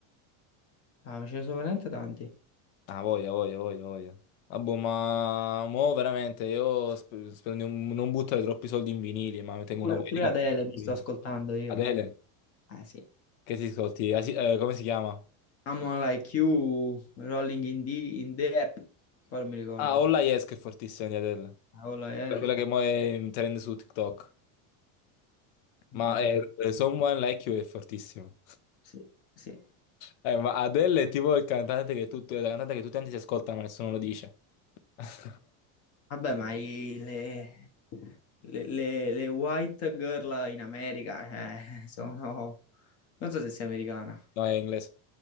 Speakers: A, on the left; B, on the left.
A: Ah, ma ce ne sono veramente tanti.
B: Ah, voglia, voglia, voglia, voglia. Ah, boh, ma mo veramente io sp- spero di non non buttare troppi soldi in vinili, ma tengo
A: Pure,
B: una voglia
A: pure
B: di comprare
A: Adele mi
B: vinili.
A: sto ascoltando io.
B: Adele.
A: Ah, sì.
B: Che ti ascolti? Ah, sì, eh, come si chiama?
A: Someone Like You, Rolling in the, in the App. Poi non mi ricordo.
B: Ah, Olla Yes che è fortissima di Adele.
A: Ah, quello è-
B: Quella che mo è in trend su TikTok. Ma
A: ma ce
B: eh,
A: ne
B: eh,
A: sono.
B: Someone Like You è fortissimo.
A: Sì, sì.
B: Eh, ma Adele è tipo il cantante che tutto, la cantante che tutti quanti si ascoltano ma nessuno lo dice. <laughs>
A: Vabbè, ma i- le, le- le- le white girl in America, eh, sono... Non so se sia americana,
B: No, è inglese.